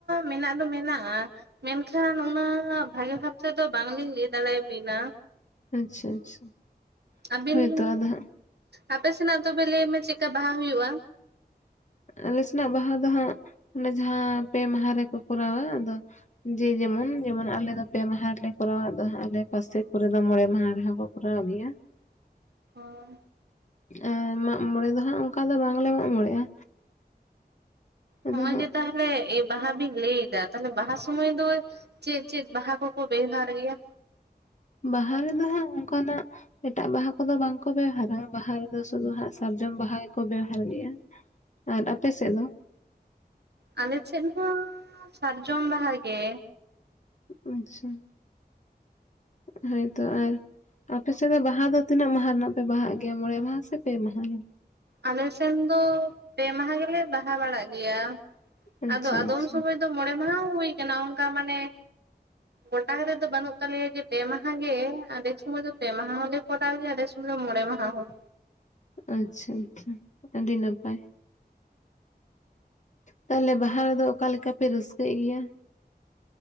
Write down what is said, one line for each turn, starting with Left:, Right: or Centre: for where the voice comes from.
Right: ᱢᱮᱱᱟᱜ ᱫᱚ ᱢᱮᱱᱟᱜᱼᱟ᱾ ᱢᱮᱱᱠᱷᱟᱱ ᱩᱱᱟᱹᱜ ᱵᱷᱟᱜᱮ ᱠᱟᱛᱮ ᱫᱚ ᱵᱟᱝ ᱞᱤᱧ ᱞᱟᱹᱭ ᱫᱟᱲᱮ ᱟᱵᱤᱱᱟ᱾
Left: ᱟᱪᱪᱷᱟ ᱟᱪᱪᱷᱟ᱾
Right: ᱟᱹᱵᱤᱱ
Left: ᱦᱳᱭᱛᱚ
Right: ᱫᱚ
Left: ᱟᱫᱚ ᱦᱟᱸᱜ
Right: ᱟᱯᱮ ᱥᱮᱱᱟᱜ ᱛᱚᱵᱮ ᱞᱟᱹᱭ ᱢᱮ ᱪᱮᱜᱠᱟ ᱵᱟᱦᱟ ᱦᱩᱭᱩᱜᱼᱟ?
Left: ᱟᱞᱮ ᱥᱮᱱᱟᱜ ᱵᱟᱦᱟ ᱫᱚ ᱦᱟᱸᱜ ᱚᱱᱮ ᱡᱟᱦᱟᱸ ᱯᱮ ᱢᱟᱦᱟ ᱨᱮᱠᱚ ᱠᱚᱨᱟᱣᱟ, ᱟᱫᱚ ᱡᱮ ᱡᱮᱢᱚᱱ ᱡᱮᱢᱚᱱ ᱟᱞᱮ ᱫᱚ ᱯᱮ ᱢᱟᱦᱟ ᱨᱮᱞᱮ ᱠᱚᱨᱟᱣ ᱟ ᱫᱚ ᱦᱟᱹᱜ ᱟᱞᱮ ᱯᱟᱥᱮ ᱠᱚᱨᱮ ᱢᱚᱬᱮ ᱢᱟᱦᱟ ᱨᱮᱦᱚᱸ ᱠᱚ ᱠᱚᱨᱟᱣ ᱜᱮᱭᱟ᱾
Right: ᱦᱳᱭ ᱾
Left: ᱮᱸ ᱢᱟᱜᱽ ᱢᱚᱬᱮ ᱫᱚ ᱦᱟᱹᱜ ᱚᱱᱠᱟ ᱫᱚ ᱵᱟᱝᱞᱮ ᱢᱟᱜᱽ ᱢᱚᱬᱮᱜᱼᱟ᱾ ᱟᱫᱚ
Right: ᱦᱚᱸᱜᱼᱚᱭ
Left: ᱦᱟᱸᱜ
Right: ᱡᱮ ᱛᱟ ᱦᱚᱞᱮ ᱮ ᱵᱟᱦᱟ ᱵᱤᱱ ᱞᱟᱹᱭ ᱮᱫᱟ ᱛᱟᱦᱚᱞᱮ ᱵᱟᱦᱟ ᱥᱚᱢᱚᱭ ᱫᱚ ᱪᱮᱫ ᱪᱮᱫ ᱵᱟᱦᱟ ᱠᱚᱠᱚ ᱵᱮᱣᱦᱟᱨ ᱜᱮᱭᱟ?
Left: ᱵᱟᱦᱟ ᱨᱮᱫᱚ ᱦᱟᱸᱜ ᱚᱱᱠᱟ ᱱᱟᱜ ᱮᱴᱟᱜ ᱵᱟᱦᱟ ᱠᱚᱫᱚ ᱵᱟᱝ ᱠᱚ ᱵᱮᱣᱦᱟᱨᱟ ᱵᱟᱦᱟ ᱨᱮᱫᱚ ᱥᱩᱫᱩ ᱦᱟᱸᱜ ᱥᱟᱨᱡᱚᱢ ᱵᱟᱦᱟ ᱜᱮᱠᱚ ᱵᱮᱣᱦᱟᱨ ᱜᱮᱭᱟ᱾ ᱟᱨ ᱟᱯᱮ ᱥᱮᱫ ᱫᱚ?
Right: ᱟᱞᱮ ᱥᱮᱫ ᱦᱟᱸ ᱥᱟᱨᱡᱚᱢ ᱵᱟᱦᱟ ᱜᱮ᱾
Left: ᱩᱸᱜ ᱩᱸ ᱪᱷᱟ ᱦᱮ ᱛᱚ ᱟᱨ ᱟᱯᱮ ᱥᱮᱫ ᱫᱚ ᱵᱟᱦᱟ ᱫᱚ ᱛᱤᱱᱟᱹᱜ ᱢᱟᱦᱟ ᱨᱮᱱᱟᱜ ᱯᱮ ᱵᱟᱦᱟᱜ ᱜᱮᱭᱟ ᱢᱚᱬᱮ ᱢᱟᱦᱟ ᱥᱮ ᱯᱮ ᱢᱟᱦᱟ᱾
Right: ᱟᱞᱮ ᱥᱮᱱ ᱫᱚ ᱯᱮ ᱢᱟᱦᱟ ᱜᱮᱞᱮ ᱵᱟᱦᱟ ᱵᱟᱲᱟᱜ ᱜᱮᱭᱟ
Left: ᱟᱪᱪᱷᱟ
Right: ᱟᱫᱚ ᱟᱫᱚᱢ
Left: ᱟᱪᱪᱷᱟ
Right: ᱥᱚᱢᱚᱭ ᱛᱚ ᱢᱚᱬᱮ ᱢᱟᱦᱟ ᱦᱚᱸ ᱦᱩᱭ ᱠᱟᱱᱟ ᱚᱱᱠᱟ ᱢᱟᱱᱮ
Left: <inaudible>
Right: ᱜᱚᱴᱟ ᱠᱟᱛᱮᱜ ᱫᱚ ᱵᱟᱹᱱᱩᱜ ᱛᱟᱞᱮᱭᱟ ᱡᱮ ᱯᱮ ᱢᱟᱦᱟ ᱜᱮ ᱟᱫᱷᱮᱠ ᱥᱚᱢᱚᱭ ᱫᱚ ᱯᱮ ᱢᱟᱦᱟ ᱦᱚᱸᱞᱮ ᱠᱚᱨᱟᱣ ᱜᱮᱭᱟ ᱟᱫᱮ ᱢᱚᱬᱮ ᱢᱟᱦᱟ ᱦᱚᱸ᱾
Left: ᱟᱪᱪᱷᱟ ᱟᱪᱷᱟ ᱟᱹᱰᱤ ᱱᱟᱯᱟᱭ᱾ ᱛᱟᱦᱚᱞᱮ ᱵᱟᱦᱟ ᱨᱮᱫᱚ ᱚᱠᱟ ᱞᱮᱠᱟ ᱯᱮ ᱨᱟᱹᱥᱠᱟᱹᱜ ᱜᱮᱭᱟ?